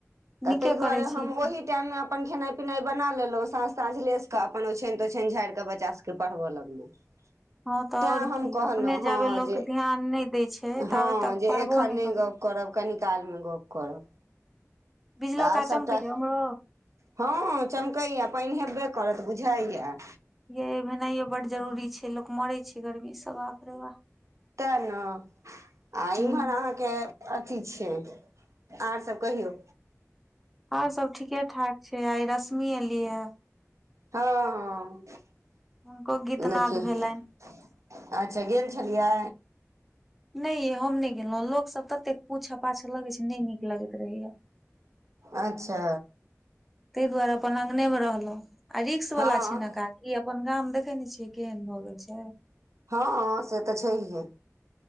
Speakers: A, on the right; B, in the centre.
A: तऽ
B: नीके
A: ताहि दुआरे
B: करै छी
A: हम ओहि ओहि टाइममे अपन खेनाइ पिनाइ बना लेलहुँ साँझ ताँझ लेस कऽ अपन ओछान तोछान झाड़िऽ बच्चा सबके पढ़ब लग <inaudible>
B: हँ तऽ
A: तैँ
B: और
A: हम
B: की
A: कहलहुँ
B: अपने जाबे
A: हँ
B: लोक
A: जे
B: ध्यान नहि दै छै ताबे
A: हँ
B: तक
A: जे
B: पढ़बो
A: एकखर
B: नहि
A: नय
B: करू
A: गप करब कनी काल मे गप करब
B: बिजलो
A: तऽ आब
B: का
A: सभटा
B: चमकैया उम्हरो
A: हँ चमकैएा पाइन हेबे करत बुझाइया
B: ये भेनाइयो बड जरूरी छै लोक मरे छै गर्मी सब बाप रे बाप
A: ते ने आ
B: हूँ।
A: इम्हर अहाँके अथी छिय आर सब कहियौ
B: आर सब ठीके ठाक छै आइ रश्मि एलियैे
A: हँ हँ
B: हुनको गीतनाद
A: देखिय
B: भेलनि
A: अच्छा गेल छलियै
B: नइ ये हम नइ गेलो लोक सब ततेक पूछ पाछ लगै छै नइ नीक लगैत रहैया
A: अच्छा
B: ताहि दुआरे अपन लंगने मे रहलहुं आ रिक्स
A: हँ
B: वाला छै ने काज ई अपन गाम देखे ने छियै केहन भए गेल छै
A: हँ से तऽ छैहे